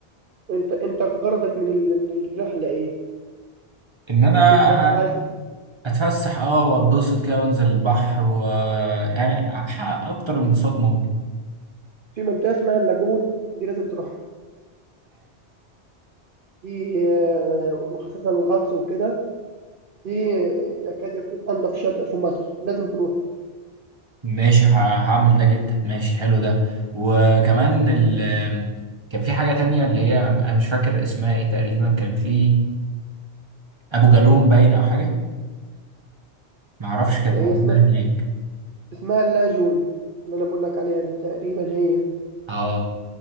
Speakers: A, on the right (about 55°); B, on the right (about 25°).
A: انت انت غرضك من ال... من الرحله ايه
B: ان انا
A: انت عايز
B: اتفسح اه واتبسط كده وانزل البحر ويعني احقق اكتر انبساط ممكن
A: في منطقه اسمها اللاجون دي لازم تروح دي آه، مخصصة للغطس وكده دي آه، يكاد يكون أنظف شاطئ في مصر لازم تروح
B: ماشي ه- هعمل ده جدا ماشي حلو ده وكمان ال كان في حاجة تانية اللي هي أنا مش فاكر اسمها إيه تقريبا كان في أبو جالوم باين أو حاجة معرفش كانت
A: ده هي
B: موجودة
A: اسمها
B: هناك
A: اسمها اللاجون اللي أنا بقول لك عليها دي تقريبا هي
B: آه